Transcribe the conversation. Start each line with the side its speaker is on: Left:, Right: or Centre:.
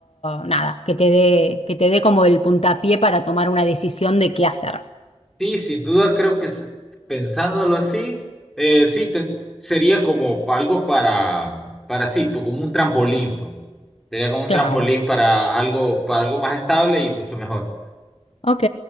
Left: nada, que te dé, que te dé como el puntapié para tomar una decisión de qué hacer.
Centre: Sí, sin duda creo que s- pensándolo así, eh, sí, ten- sería como pa- algo para, para sí, pues, como un trampolín, pues. Sería como un
Left: Claro.
Centre: trampolín para algo, para algo más estable y mucho mejor.
Left: Ok,